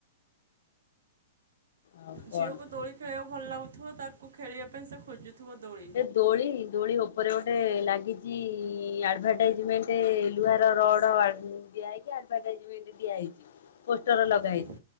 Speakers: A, on the left; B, on the right.
A: ଆଉ କଣ?
B: ଝିଅକୁ ଦୋଳି ଖେଳେଇବାକୁ ଭଲ ଲାଗୁଥିବ ତାକୁ ଖେଳିବା ପାଇଁ ସେ ଖୋଜୁଥିବ ଦୋଳି।
A: ଏ ଦୋଳି ଦୋଳି ଉପରେ ଗୋଟେ ଲାଗିଛି ଆଡଭାଟାଇଜମେଣ୍ଟ୍। ଟେ ଲୁହାର ରଡ ବନ୍ଧ୍ ଦିଆ ହେଇକି ଆଡଭାଟାଇଜମେଣ୍ଟ୍ ଦିଆ ହେଇଛି। ପୋଷ୍ଟର ଲଗା
B: ନାଇଁ
A: ହେଇଚି।